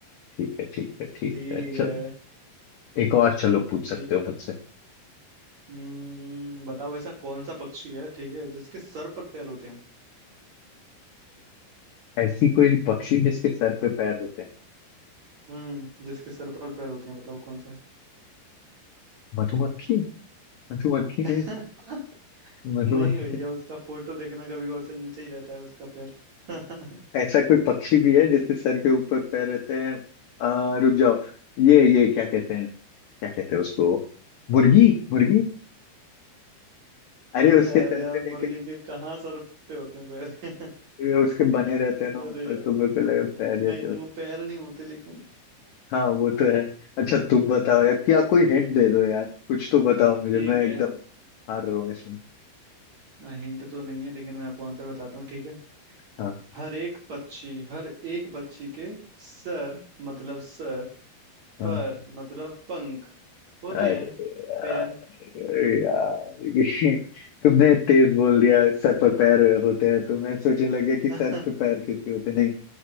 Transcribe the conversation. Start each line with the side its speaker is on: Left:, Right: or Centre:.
Left: ठीक है ठीक है ठीक
Right: ठीक
Left: है
Right: है
Left: चलो एक और चलो पूछ सकते
Right: ठीक है
Left: हो मुझसे
Right: हम्म बताओ ऐसा कौन सा पक्षी है ठीक है जिसके सर पर पैर होते हैं
Left: ऐसी कोई पक्षी जिसके सर पे पैर होते हैं
Right: हम्म जिसके सर पर पैर होते हैं बताओ कौन सा है
Left: मधुमक्खी मधुमक्खी
Right: <laughs>
Left: नहीं मधुमक्खी
Right: नहीं भैया
Left: नहीं।
Right: उसका फोटो देखना कभी गौर से नीचे ही रहता है उसका पैर <laughs>
Left: ऐसा कोई पक्षी भी है जिसके सर के ऊपर पैर रहते हैं आ, रुक जाओ ये ये क्या कहते हैं क्या कहते हैं उसको मुर्गी मुर्गी अरे उसके
Right: अरे
Left: सर
Right: यार
Left: पे लेकिन
Right: मुर्गी के कहाँ सर पे होते हैं पैर <laughs>
Left: ये उसके बने रहते हैं
Right: अरे
Left: ना ऊपर
Right: यार
Left: तुम्हें पे लगे पैर
Right: नहीं
Left: जैसे
Right: नहीं वो पैर नहीं होते लेकिन
Left: हाँ वो तो है अच्छा तुम बताओ यार क्या कोई हिंट दे दो यार कुछ तो बताओ मुझे
Right: ठीक
Left: मैं
Right: है
Left: एकदम हार रहा हूँ इसमें
Right: हिंट तो नहीं है लेकिन मैं आपको आंसर बताता हूँ ठीक है
Left: हाँ
Right: हर एक पक्षी हर एक पक्षी के सर मतलब सर
Left: हाँ
Right: पर मतलब पंख होते
Left: अरे
Right: हैं
Left: यार
Right: पैर
Left: अरे यार <laughs> ये तुमने तेज बोल दिया सर पर पैर होते हैं तो मैं सोचने लग गया कि सर
Right: अरे,
Left: पे पैर किसके होते हैं। नहीं